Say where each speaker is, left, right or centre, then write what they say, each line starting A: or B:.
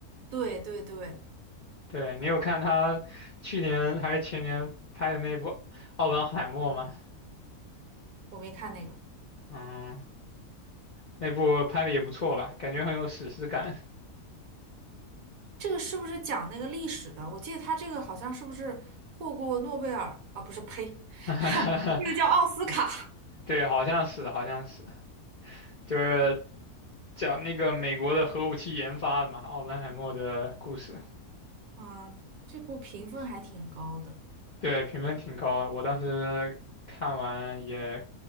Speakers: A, on the right; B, on the left.
A: 对对对，
B: 对，你有看他去年还是前年拍的那部《奥本海默》吗？
A: 我没看那个。
B: 嗯，那部拍的也不错吧，感觉很有史诗感。
A: 这个是不是讲那个历史的？我记得他这个好像是不是获过诺贝尔啊？不是，呸，
B: <laughs>
A: 那个叫奥斯卡。
B: 对，好像是，好像是，就是讲那个美国的核武器研发的嘛，奥本海默的故事。
A: 嗯，这部评分还挺高的。
B: 对，评分挺高的，我当时看完也